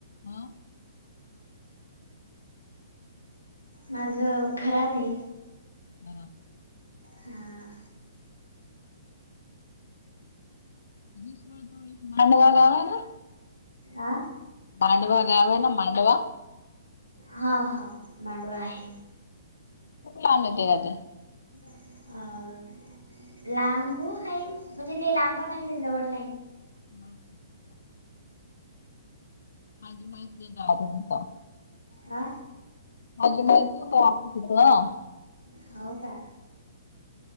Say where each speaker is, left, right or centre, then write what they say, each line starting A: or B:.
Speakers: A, on the left; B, on the left.
A: ह
B: माझं खराते
A: बर
B: हा
A: विसवळ जवळ एक मांडवा गाव आहे. ना
B: आं
A: मांडवा गाव आहे. ना मांडवा
B: हा हा मांडवा आहे.
A: खूप लांब येते का गं
B: <inaudible> अ लांबू आहे म्हणजे लय लांबो नाही लय जवडं नाही.
A: <unintelligible> माझी माहिती आहे द्यायची तिथं.
B: हा
A: माझी माहिती द्यायची तिथं.
B: हा का.